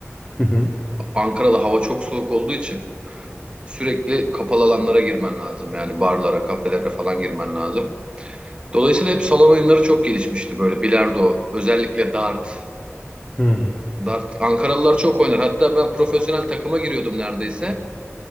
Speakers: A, on the left; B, on the right.
A: Hı hı.
B: Ankara'da hava çok soğuk olduğu için sürekli kapalı alanlara girmen lazım. Yani barlara, kafelere falan girmen lazım. Dolayısıyla hep salon oyunları çok gelişmişti böyle bilardo, özellikle dart.
A: Hı.
B: Dart Ankaralılar çok oynar. Hatta ben profesyonel takıma giriyordum neredeyse.